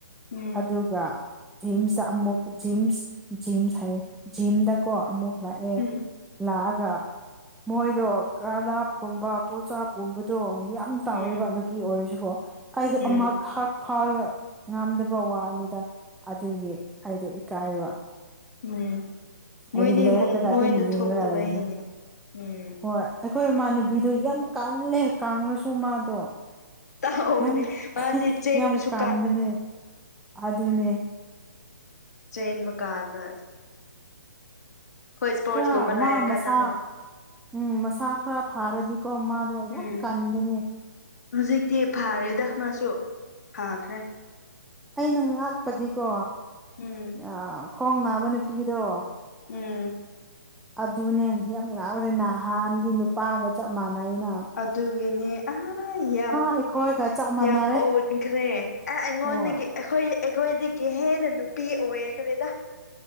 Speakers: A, on the left; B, in the centre.
A: ꯎꯝ
B: ꯑꯗꯨꯒ ꯖꯤꯝꯁꯇ ꯑꯃꯨꯛ ꯖꯤꯝꯁ ꯖꯤꯝꯁ ꯍꯥꯏꯌꯦ ꯖꯤꯝꯗ ꯀꯣ ꯑꯃꯨꯛ ꯂꯥꯛꯑꯦ
A: ꯎꯝ
B: ꯂꯥꯛꯑꯒ ꯃꯣꯏꯗꯣ ꯀꯂꯞꯀꯨꯝꯕ ꯄꯣꯁꯥꯞꯀꯨꯝꯕꯗꯣ ꯌꯥꯝ ꯇꯥꯎꯋꯦꯕ
A: ꯎꯝ
B: ꯅꯨꯄꯤ ꯑꯣꯏꯔꯖꯨ ꯍꯣ ꯑꯩꯗꯣ
A: ꯎꯝ
B: ꯑꯃꯛꯈꯛ ꯐꯥꯎꯋꯣ ꯉꯝꯗꯕ ꯋꯥꯅꯤꯗ ꯑꯗꯨꯒꯤ ꯑꯩꯗꯣ ꯏꯀꯥꯏꯕ
A: ꯎꯝ ꯃꯣꯏꯗꯤ
B: ꯑꯗꯤ ꯂꯦꯄꯒ
A: ꯃꯣꯏꯗ
B: ꯑꯗꯨ ꯌꯦꯡꯔ꯭ꯒ
A: ꯊꯣꯛꯇꯕꯩꯅꯦ
B: ꯂꯩ ꯂꯩꯕꯅꯦ
A: ꯎꯝ
B: ꯍꯣꯏ ꯑꯩꯈꯣꯏ ꯏꯃꯥꯟꯅꯕꯤꯗꯣ ꯌꯥꯝ ꯀꯜꯂꯦ ꯀꯡꯉꯁꯨ ꯃꯥꯗꯣ
A: ꯇꯥꯎꯕꯅꯦ
B: ꯌꯥꯝ
A: ꯃꯥꯗꯤ ꯆꯦꯟꯕꯁꯨ
B: ꯌꯥꯝ ꯀꯥꯟꯕꯅꯦ ꯑꯗꯨꯅꯦ
A: ꯆꯦꯟꯕ ꯀꯥꯟꯗ ꯏꯁꯄꯣꯔꯠꯁꯀꯨꯝꯕ
B: ꯈꯔ ꯃꯥ
A: ꯂꯥꯏꯔ
B: ꯃꯁꯥ
A: ꯀꯥꯟꯗ ꯑꯃꯨꯛ
B: ꯎꯝ ꯃꯁꯥ ꯈꯔ ꯐꯥꯔꯗꯤꯀꯣ ꯃꯥꯗꯣ ꯌꯥꯝ
A: ꯎꯝ
B: ꯀꯟꯒꯅꯤ
A: ꯍꯧꯖꯤꯛꯇꯤ ꯐꯥꯔꯦꯗ ꯃꯥꯁꯨ ꯐꯥꯈ꯭ꯔꯦ
B: ꯑꯩꯅ ꯉꯥꯛꯄꯗꯤꯀꯣ
A: ꯎꯝ
B: ꯑ ꯈꯣꯡ ꯅꯥꯕ ꯅꯨꯄꯤꯗꯣ
A: ꯎꯝ
B: ꯑꯗꯨꯅꯦ ꯌꯥꯝ ꯉꯥꯛꯄꯖꯦ ꯅꯍꯥꯟꯗꯤ ꯅꯨꯄꯥꯒ ꯆꯞ ꯃꯥꯟꯅꯩꯩꯅ
A: ꯑꯗꯨꯒꯤꯅꯦ ꯑꯥ ꯌꯥꯝ
B: ꯑꯩꯈꯣꯏꯒ ꯆꯞ ꯃꯥꯟꯅꯔꯦ
A: ꯌꯥꯝ ꯑꯣꯟꯈ꯭ꯔꯦ ꯑꯦ ꯑꯩꯉꯣꯟꯗꯒꯤ
B: ꯍꯣꯏ
A: ꯑꯩꯈꯣꯏ ꯑꯩꯈꯣꯏꯗꯒꯤ ꯍꯦꯟꯅ ꯅꯨꯄꯤ ꯑꯣꯏꯈ꯭ꯔꯦꯗ